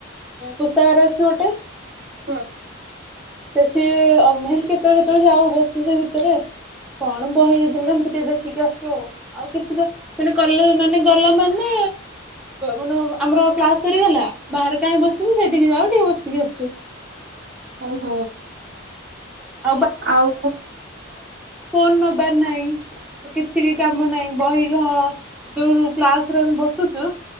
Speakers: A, in the centre; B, on the right.
A: ପୁସ୍ତକରେ ଅଛି ଗୋଟେ
B: ହଁ।
A: ସେଠି ଅମ କେତେବେଳେ କେତେବେଳେ ଯାଉ ବସୁ ସେ ଭିତରେ କଣ ବହିଲେ ଏମତି ଟିକେ ଦେଖିକି ଆସ ଆ ଆଉ କିଛି ତ ସେ କଲେ ମାନେ ଗଲା ମାନେ ମାନେ ଆମର କ୍ଲାସ ସରିଗଲା ବାହାରେ କାହିଁକ ବସୁ ସେଠିକି ଯାଉ ଟିକେ ବସିକି ଆସୁ।
B: ଓହୋ।
A: <unintelligible>
B: ଆଉ
A: ଫୋନ ନବାର ନାହିଁ କିଛି ବି କାମ ନାହିଁ ବହିଘହ ଯୋଉ କ୍ଲାସରେ ଆମେ ବସୁଛୁ